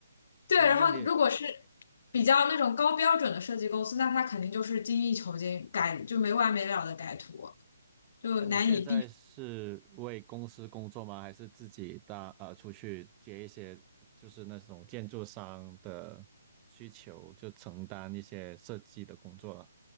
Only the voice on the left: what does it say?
对，
然后如果是
比较那种高标准的设计公司，那他肯定就是精益求精，改就没完没了的改图，就难以避